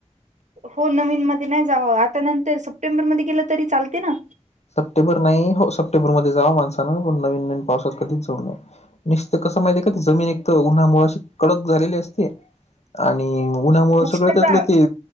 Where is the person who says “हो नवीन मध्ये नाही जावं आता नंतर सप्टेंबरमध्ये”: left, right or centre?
Right